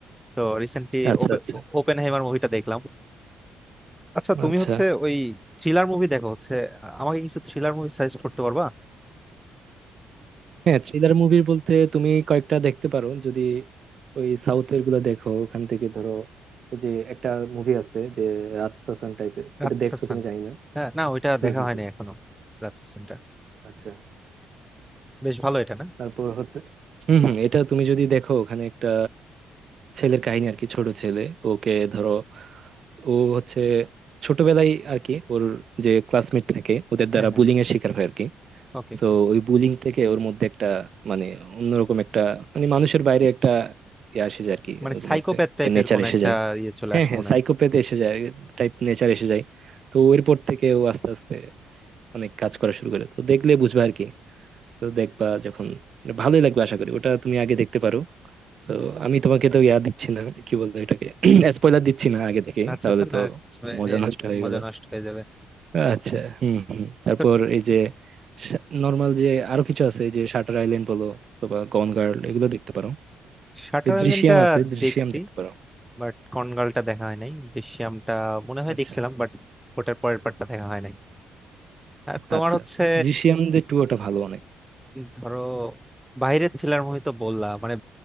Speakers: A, in the centre; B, on the right.
A: তো রিসেন্টলি
B: আচ্ছা আচ্ছা
A: ওপেন হাইমার মুভিটা দেখলাম আচ্ছা তুমি
B: আচ্ছা
A: হচ্ছে ওই থ্রিলার মুভি দেখো হচ্ছে আ- আমাকে কিছু থ্রিলার মুভি সাজেস্ট করতে পারবা
B: হ্যাঁ থ্রিলার মুভি বলতে তুমি কয়েকটা দেখতে পারো যদি ওই সাউথের গুলো দেখো ওখান থেকে ধরো এই যে একটা মুভি আছে যে রাতসাসান টাইপের
A: রাতসাসান
B: ওটা দেখছো কিনা জানি না
A: হ্যাঁ না ওইটা
B: হুম
A: দেখা
B: হুম
A: হয়নি
B: হুম
A: এখনো রাতসাসানটা
B: আচ্ছা
A: বেশ ভালো এটা না
B: তারপর হচ্ছে হম হম এটা তুমি যদি দেখো ওখানে একটা ছেলের কাহিনী আর কি ছোট ছেলে ওকে ধরো ও হচ্ছে ছোটবেলায় আর কি ওর যে ক্লাসমেট থাকে ওদের দ্বারা
A: হ্যাঁ হ্যাঁ
B: বুলিং এর শিকার হয় আর কি
A: ওকে
B: তো ওই বুলিং থেকে ওর মধ্যে একটা মানে অন্যরকম একটা মানে মানুষের বাইরে একটা ইয়ে এসে যায় আর কি
A: মানে
B: ওর
A: সাইকোপ্যাথ
B: মধ্যে একটা
A: টাইপের
B: নেচার
A: কোন
B: এসে
A: একটা
B: যায়
A: ইয়ে চলে
B: হ্যাঁ
A: আসে
B: হ্যাঁ
A: মনে
B: সাইকোপ্যাথ
A: হয়
B: এসে যায় টাইপ নেচার এসে যায় তো এরপর থেকে ও আস্তে আস্তে অনেক কাজ করা শুরু করে তো দেখলে বুঝবে আর কি তো দেখবা যখন মানে ভালোই লাগবে আশা করি ওটা তুমি আগে দেখতে পারো তো আমি তোমাকে তো ইয়া দিচ্ছি না কি বলবো এটাকে স্পয়লার <clears throat> দিচ্ছি না আগে থেকে
A: রাতসাসান
B: তাহলে
A: না
B: তো মজা
A: এ,
B: নষ্ট হয়ে
A: মজা
B: গেল
A: নষ্ট হয়ে যাবে
B: আচ্ছা হম হম তারপর
A: তো
B: এই যে নর্মাল যে আরো কিছু আছে এই যে শাটার আইল্যান্ড বলো অথবা গন গার্ল এগুলো দেখতে পারো
A: শাটার
B: এই
A: আইল্যান্ডটা
B: দৃশ্যাম আছে দৃশ্যাম
A: দেখছি
B: দেখতে পারো
A: বাট কনগালটা দেখা হয় নাই দৃশ্যমটা মনে হয়
B: আচ্ছা
A: দেখছিলাম বাট ওটার পরের পার্টটা দেখা হয় নাই আর তোমার
B: আচ্ছা
A: হচ্ছে
B: আচ্ছা দৃশ্যাম যে টু ওটা ভালো অনেক
A: ধরো বাইরের থ্রিলার মুভি তো বললা মানে